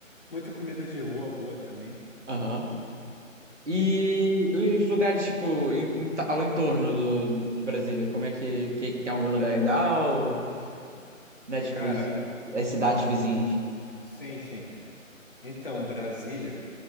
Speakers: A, on the left; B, on the right.
A: muita comida de rua boa também.
B: Aham. E os lugares, tipo, em- em ta- ao entorno do, de Brasília, como é que, que tem algum lugar legal? né? Tipo,
A: Cara,
B: as cidades vizinhas.
A: sim, sim. Então, Brasília,